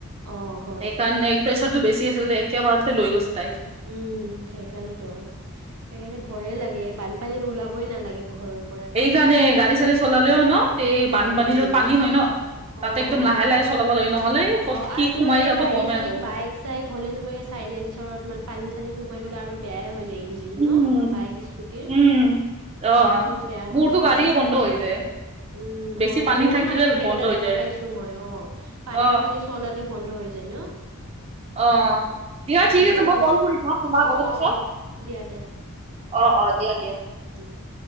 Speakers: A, on the right (about 80°); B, on the right (about 25°).
A: অ হয়
B: সেইকাৰণে প্ৰেছাৰতো বেছি আছিল। একে বাৰতে লৈ গৈছে তাইক।
A: উম্, সেইকাৰণেতো আৰু সেইকাৰণে ভয়ে লাগে। বানপানীত ওলাবই নালাগে ঘৰত
B: এইকাৰণে গাড়ী-চাড়ি চলালেও ন, এই বানপানী
A: উম উম
B: য'ত পানী হয় ন। তাতে
A: অ
B: একদম
A: অ
B: লাহে লাহে চলাব লাগে। নহ'লে
A: অ',
B: ক'ত
A: আৰু
B: কি
A: তোমাৰ
B: সোমাই
A: এই
B: যাব
A: গাড়ী
B: গমেই
A: চাড়ী
B: নাপাব।
A: বাইক চাইক হ'লে, তোমাৰ চাইলেঞ্চৰাত পানী- চানী সোমাই গ'লে আৰু বেয়াই হৈ যায় ইঞ্জিন।
B: উম
A: বাইক - স্কুটিৰ
B: উম। অ
A: ইঞ্জিনো বেয়া হোৱাৰ
B: মোৰতো
A: চানসেছ
B: গাড়ীয়ে বন্ধ
A: থাকে।
B: হৈ যায়
A: উম্,
B: বেছি
A: হয়।
B: পানী
A: বহুত
B: থাকিলে
A: মানুহৰ তেনেকােৱা
B: বন্ধ হৈ
A: দেখা
B: যায়।
A: পাইছোঁ মইয়ো। পানীত
B: অ
A: মানে চলালে বন্ধ হৈ যায় ন।
B: অ', দিয়া
A: উম,
B: ঠিক
A: সেনেকুৱা
B: আছে, মই
A: বহুত
B: কল কৰি থওঁ। তোমাক
A: অ',
B: অলপ পিছত
A: অ', অ', দিয়া
B: অ', অ' দিয়া দিয়া।
A: উম্,